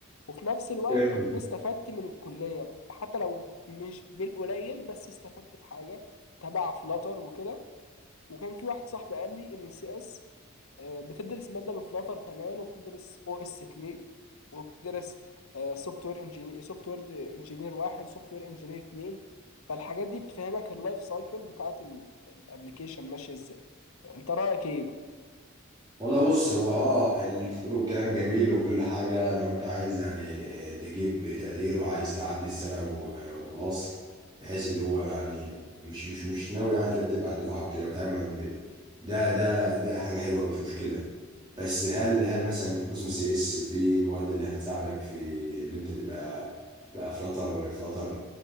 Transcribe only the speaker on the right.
<laughs>
والله بص هو اه اللي انت بتقوله الكلام جميل وكل حاجة لو انت عايز يعني آه، تجيب تقدير وعايز تعدي السنة و- وخلاص بحيث اللي هو يعني مش مش مش ناوي يعني ترتب على الدفعة وكده وتعامل معيد وكده ده ده ده حاجة حلوة مش مشكلة بس هل هل مثلا قسم سي اس في المواد اللي هتساعدك في اللي انت تبقى بقى فلاتر فلاتر